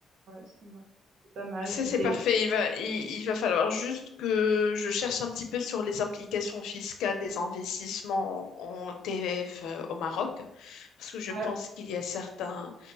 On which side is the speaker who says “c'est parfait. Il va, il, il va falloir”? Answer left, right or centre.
Left